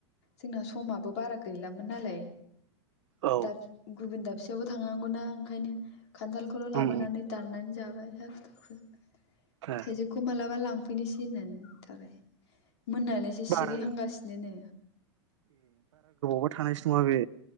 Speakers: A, on the left; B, on the right.
A: जोंना समाबो बारा गैलामोन नालाय
B: औ
A: दाब गुबुन दाब सेयावबो थांनांगौ ना ओंखायनो खान्थालखौल'
B: उम
A: लाबोनानै दाननानै जाब बाय हाखु दाखु
B: ओ
A: थाइजौखौ मालाबा लांफैनोसै होननानै थाबाय मोननानैसो
B: बारा
A: सिरिहांगासिनो नो
B: बा थानायसो नङा बे